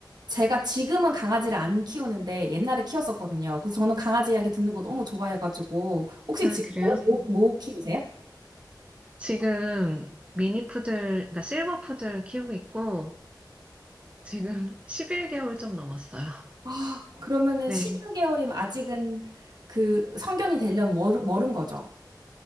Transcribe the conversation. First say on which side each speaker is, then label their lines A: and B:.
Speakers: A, on the right (about 65°); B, on the right (about 15°).
A: 제가 지금은 강아지를 안 키우는데 옛날에 키웠었거든요. 그래서 저는 강아지 이야기 듣는
B: 음.
A: 거 너무 좋아해가지고 혹시
B: 아,
A: 지금
B: 그래요?
A: 뭐, 뭐, 뭐 키우세요?
B: 지금 미니 푸들, 그러니까 실버 푸들 키우고 있고, 지금 <laughs> 11개월 좀 넘었어요.
A: 아, 그러면은
B: 네.
A: 1 6개월이면 아직은 그 성견이 되려면 멀, 멀은 거죠.